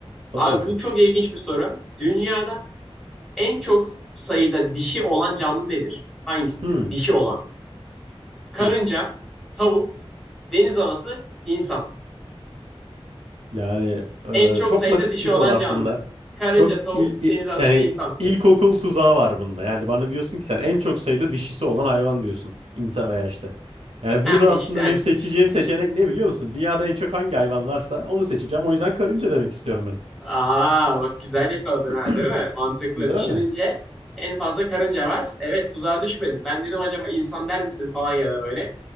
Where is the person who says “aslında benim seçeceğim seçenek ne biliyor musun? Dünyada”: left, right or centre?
Right